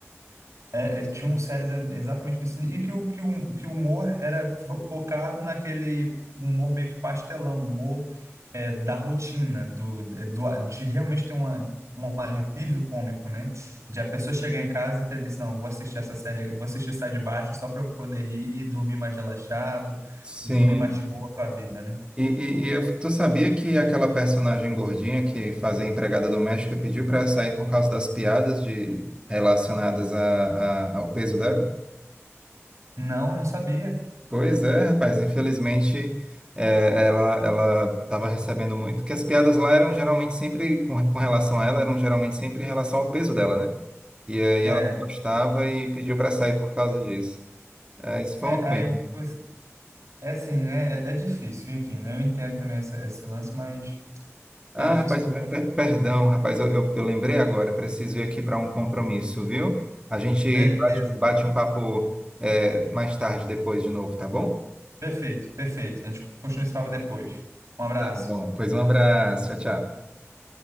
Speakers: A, on the right; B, on the right.
A: É, é, tinham séries exatamente nesse nível. e que o que o, que o humor era fo- focado naquele humor meio que pastelão, humor é, da rotina, do, é, do de realmente ter uma, um alívio cômico, né? De a pessoa chegar em casa e ter desse, não, vou assistir essa série, vou assistir Sai de Baixo só para eu poder rir, dormir mais relaxado,
B: Sim.
A: dormir mais de boa com a vida, né?
B: E, e, e eu- tu sabia que aquela personagem gordinha que fazia empregada doméstica pediu para sair por causa das piadas de, relacionadas a, a- ao peso dela?
A: Não, não sabia.
B: Pois é, rapaz, infelizmente é, ela ela estava recebendo muito, que as piadas lá eram geralmente sempre, com, com relação a ela, eram geralmente sempre em relação ao peso dela, né? E aí
A: É,
B: ela não gostava e pediu para sair por causa disso. É, isso foi
A: é
B: uma
A: aí
B: pena.
A: você, é assim, é, é difícil, enfim, né? Eu entendo também essa- esse lance, mas
B: Ah,
A: É difícil
B: rapaz,
A: porque
B: per-
A: você
B: per-
A: não
B: perdão,
A: tem.
B: rapaz, eu, eu, eu lembrei agora, preciso ir aqui para um compromisso, viu? A gente
A: Beleza.
B: bate, bate um papo é, mais tarde, depois de novo, tá bom?
A: Perfeito, perfeito. A gente continua esse papo depois. Um abraço.
B: Tá bom, pois um abraço, tchau, tchau.